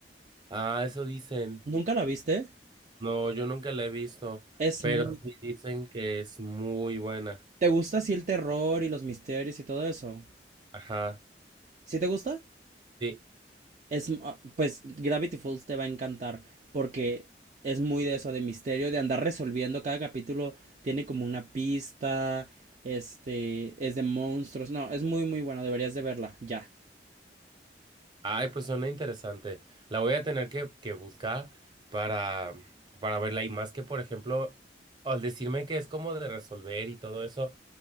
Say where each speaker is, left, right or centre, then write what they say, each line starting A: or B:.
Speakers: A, on the right; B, on the right.
A: Ah, eso dicen.
B: ¿Nunca la viste?
A: No, yo nunca la he visto,
B: Es
A: pero
B: muy...
A: sí dicen que es muy buena.
B: ¿Te gusta así el terror y los misterios y todo eso?
A: Ajá,
B: ¿Sí te gusta?
A: sí.
B: Es, ah, pues Gravity Falls te va a encantar porque es muy de eso, de misterio, de andar resolviendo. Cada capítulo tiene como una pista, este, es de monstruos. No, es muy, muy bueno. Deberías de verla, ya.
A: Ay, pues suena interesante. La voy a tener que, que buscar para, para verla. Y más que, por ejemplo, al decirme que es como de resolver y todo eso,